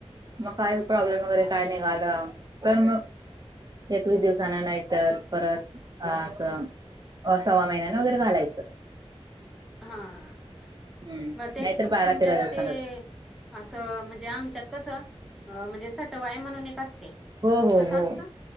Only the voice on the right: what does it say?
मग काय प्रॉब्लेम वगैरे काय निघालं तर मग, एकवीस दिवसाांना नाहीतर परत अ असं. सव्वा महिन्याने वगैरे घालायंच.
हम्म
नाहीतर बारा
तेरा दिवसानच
हो हो,